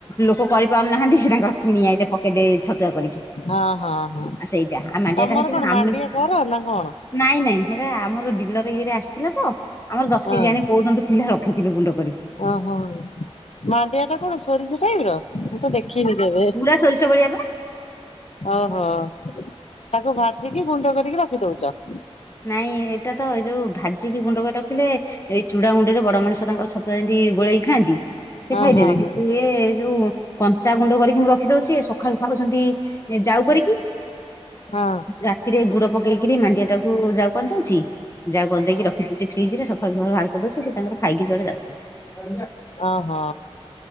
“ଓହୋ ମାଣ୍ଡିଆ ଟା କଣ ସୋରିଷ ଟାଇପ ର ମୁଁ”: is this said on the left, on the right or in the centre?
Left